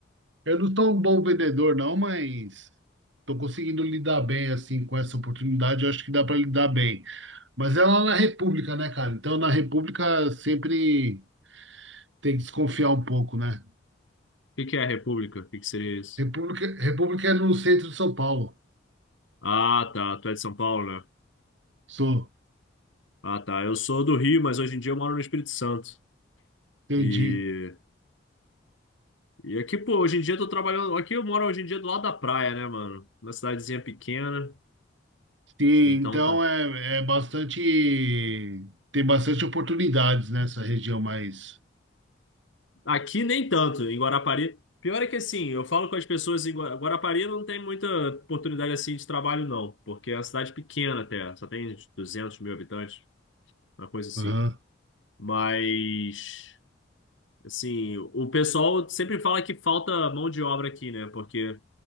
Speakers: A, on the right; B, on the left.
A: Eu não sou um bom vendedor, não, mas estou conseguindo lidar bem assim com essa oportunidade. Eu acho que dá para lidar bem. Mas é lá na República, né, cara? Então, na República sempre tem que desconfiar um pouco, né?
B: que que é a República? O que que seria isso?
A: República, República é no centro de São Paulo.
B: Ah, tá. Tu é de São Paulo, né?
A: Sou,
B: Ah, tá. Eu sou do Rio, mas hoje em dia eu moro no Espírito Santo.
A: entendi.
B: E, e aqui, pô, hoje em dia eu tô trabalhando. Aqui eu moro hoje em dia do lado da praia, né, mano? Uma cidadezinha pequena.
A: Sim,
B: Então
A: então
B: tá.
A: é, é bastante. Tem bastante oportunidades nessa região mais.
B: Aqui nem tanto, em Guarapari. Pior é que assim, eu falo com as pessoas em Gua- Guarapari não tem muita oportunidade assim de trabalho, não. Porque é uma cidade pequena até. Só tem 200 mil habitantes, uma coisa assim.
A: Aham.
B: Mas. Assim, o pessoal sempre fala que falta mão de obra aqui, né? Porque